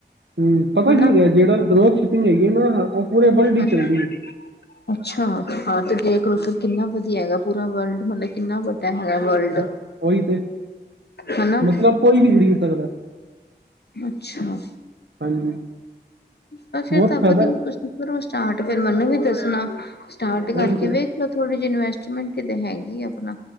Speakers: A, on the right; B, on the left.
A: ਹੂ ਪਤਾ
B: ਹਨਾ।
A: ਕੀ ਹੈ ਜਿਹੜਾ ਰੋਜ ਛੁੱਟੀ ਹੈਗੀ ਨਾ ਪੂਰੇ ਵਰਲਡ ਹੀ
B: ਹੂ
A: ਚੱਲਦੀ ਹੈ
B: ਅੱਛਾ ਹਾਂ ਤੇ ਦੇਖ ਲਓ ਫਿਰ ਕਿੰਨਾ ਵਧੀਆ ਹੈਗਾ ਪੂਰਾ ਵਰਲਡ ਮਤਲਬ ਕਿੰਨਾ ਵ ਹੈਗਾ ਵਰਲਡ
A: ਉਹ ਉਹੀ ਤਾਂ
B: ਹੈਨਾ
A: ਮਤਲਬ ਕੋਈ ਵੀ ਖਰੀਦ ਸਕਦਾ।
B: ਅੱਛਾ।
A: ਹਾਂਜੀ
B: ਤਾਂ ਫਿਰ
A: ਬਹੁਤ
B: ਤਾਂ
A: ਫਾਇਦਾ
B: ਵਧੀਆ
A: ਹੈ।
B: ਤੁਸੀਂ ਕਰੋਂ ਸਟਾਰਟ ਫਿਰ ਮੈਨੂੰ ਵੀ ਦੱਸਣਾ ਸਟਾਰਟ ਕਰਕੇ
A: ਉਹੀ ਤਾਂ
B: ਵੇ। ਚਲ ਥੋੜੀ ਜਿਹੀ ਇਨਵੈਸਟਮੈਂਟ ਹੀ ਤਾਂ ਹੈਗੀ ਆ ਆਪਣਾ